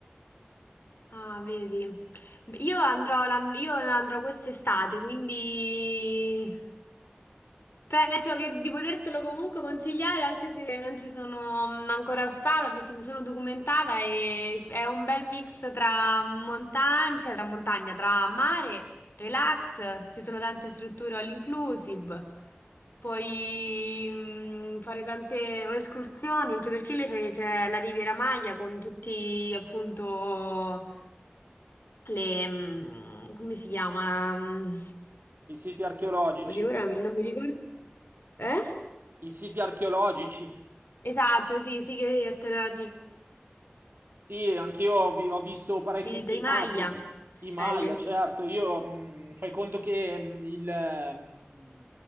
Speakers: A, on the left; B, on the right.
A: Ah, vedi. Io andrò, l'an- io andrò quest'estate, quindi penso che di potertelo comunque consigliare, anche se non ci sono mm, ancora stata, perché mi sono documentata e è un bel mix tra montagna, cioè tra montagna, tra mare, relax, ci sono tante strutture all inclusive. Puoi mm, fare tante escursioni, anche perché lì c'è c'è la Riviera Maya con tutti appunto le, mm, come si chiama? La, mm,
B: I siti archeologici,
A: oddio, ora mi- non mi ricordo. Eh?
B: i siti archeologici.
A: Esatto, sì, sigari elettorali
B: Sì, anch'io ho, vi- ho visto parecchi
A: di
B: filmati
A: Dai Maia.
B: di Maya,
A: Belli.
B: certo. Io mh, fai conto che mh, il, mm,